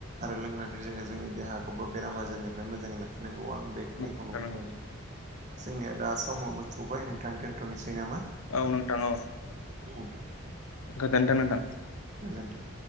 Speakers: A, on the right; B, on the left.
A: आरो लोंनानै जोङो जोंनि देहाखौबो बेराम आजारनिफ्राय मोजाङै लाखिनांगौ आं बेखिनिखौनो
B: नंगौ नोंथां
A: बुंगोन
B: नंगौ
A: जोंनिया दा समावाबो थौबाय नोंथां दोनथ'नोसै नामा
B: औ नोंथां औ
A: औ दे
B: गोजोनथों नोंथां
A: गोजोनथों